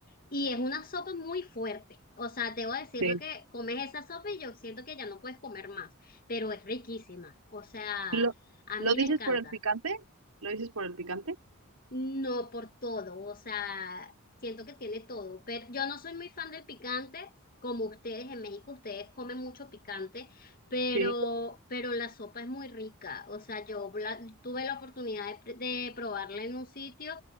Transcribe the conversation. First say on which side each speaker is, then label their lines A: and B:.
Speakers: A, on the left; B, on the right.
A: y es una sopa muy fuerte. O sea, debo decirlo
B: Sí.
A: que comes esa sopa y yo siento que ya no puedes comer más, pero es riquísima. O sea,
B: ¿Lo,
A: a
B: lo
A: mí
B: dices
A: me encanta.
B: por el picante? ¿Lo dices por el picante?
A: No por todo, o sea, siento que tiene todo, pero yo no soy muy fan del picante, como ustedes en México, ustedes comen mucho picante, pero,
B: Sí.
A: pero la sopa es muy rica, o sea, yo la- tuve la oportunidad de, de probarla en un sitio